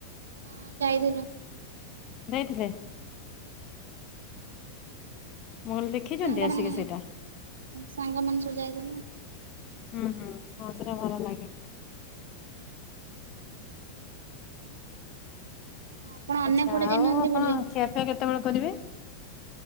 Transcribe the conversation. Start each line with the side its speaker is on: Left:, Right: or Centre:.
Right: ହଁ ଯାଉଥିଲୁ।
Left: ଯାଇଥିଲେ। ମୁଁ ଲି ଦେଖିଛନ୍ତି
Right: ସାଙ୍ଗମାନେ
Left: ଆସିକି ସେଇଟା?
Right: ସାଙ୍ଗମାନେ ସବୁ ଯାଇଥିଲୁ।
Left: ହୁଁ ହୁଁ ହଁ ସେଟା ଭଲ ଲାଗେ।
Right: ଆପଣ ଅନ୍ୟ
Left: ଆଚ୍ଛା
Right: କୁଆଡ଼େ
Left: ଆଉ
Right: ଯାଇନାହାନ୍ତି
Left: ଆପଣ
Right: ବୁଲି?
Left: ଖିଆପିଆ କେତେବେଳେ କରିବେ?